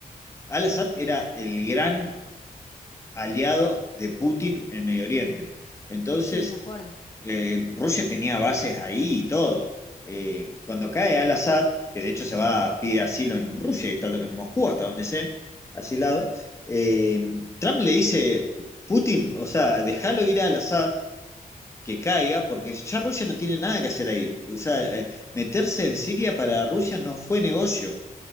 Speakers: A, on the left; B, on the left.
A: al-Assad era el gran aliado de Putin en Medio Oriente. Entonces,
B: Sí, me acuerdo.
A: eh, Rusia tenía bases ahí y todo. Eh, cuando cae al-Assad, que de hecho se va a pedir asilo en Rusia, y está en Moscú hasta donde sé, asilado, eh, Trump le dice, Putin, o sea, déjalo ir al Assad, que caiga, porque ya Rusia no tiene nada que hacer ahí. O sea, eh, meterse en Siria para Rusia no fue negocio.